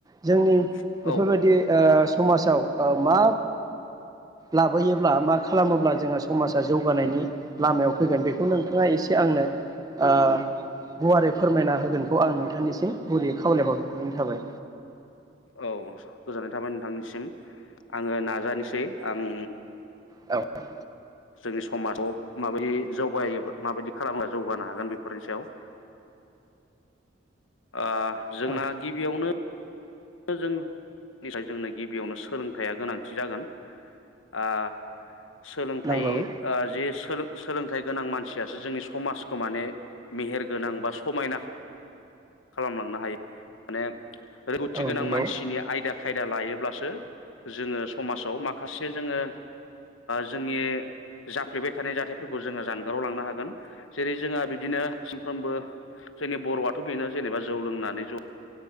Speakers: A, on the right; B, on the left.
A: जोंनि
B: औ
A: बेफोरबायदि।
B: औ औ
A: समाजाव ओ मा लाबोयोब्ला मा खालामोब्ला जोंहा समाजा जौगानायनि लामायाव फैगोन बेखौ नोंथाङा एसे आंनो ओ गुवारै फोरमायना होगोनखौ आं नोंथांनिसिम गुरै खावलायहरग्रोनो थाबाय।
B: औ गोजोननाय थाबाय नोंथांनिसिम आङो नाजानोसै आं।
A: औ औ
B: जोंनि समाजाव माबायदि जौगायो माबायदि खालामब्ला जौगानो हागोन बेफोरनि सायाव <inaudible> आ जोंना
A: औ
B: गिबियावनो। ओ जों <unintelligible> जोंनो गिबियावनो सोलोंथाइया गोनांथि जागोन आ सोलोंथाइ
A: नंगौ
B: ओ जे सो सोलोंथाइ गोनां मानसियासो जोंनि समाजखौ माने मेहेर गोनां बा समायना खालामलांनो हायो माने। थि
A: औ
B: गोनां
A: नंगौ
B: मानसिनि आयदा खाय यदा लायोब्लासो जोङो समाजाव माखासे जोङो जोंनि जाफ्लेबाय थानाय जाथायफोरखौ जोङो जानगाराव लांनो हागोन जेरै जोंहा बिदिनो सानफ्रोमबो जोंनि बर'आथ' बेनो जेनेबा जौ लोंनानै जाै